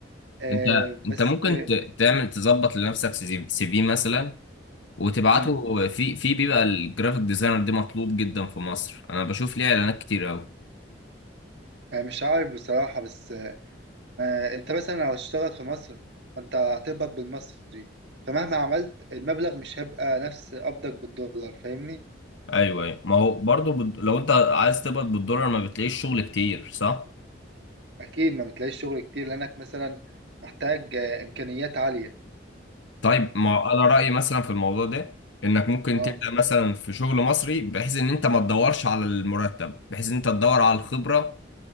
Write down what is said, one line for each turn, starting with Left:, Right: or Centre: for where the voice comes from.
Right: آه،
Left: انت
Right: بس
Left: انت ممكن
Right: آه،
Left: ت- تعمل تظبط لنفسك سي في مثلا وتبعته
Right: مم،
Left: في في بيبقى الجرافيك ديزاينر دي مطلوب جدا في مصر انا بشوف ليه اعلانات كتير
Right: آه، مش عارف بصراحة بس آه، ما انت مثلا لو هتشتغل في مصر فانت هتقبض بالمصري فمهما عملت المبلغ مش هيبقى نفس قبضك بالدولار فاهمني
Left: ايوه أيوة. ما هو برضو بد... لو انت عايز تقبض بالدولار ما بتلاقيش شغل كتير صح
Right: اكيد ما بتلاقيش شغل كتير لانك مثلا محتاج آه، امكانيات عالية
Left: طيب ما هو انا رايي مثلا في الموضوع ده انك ممكن
Right: اه
Left: تبدا مثلا في شغل مصري بحيث ان انت ما تدورش على المرتب بحيث ان انت تدور على الخبره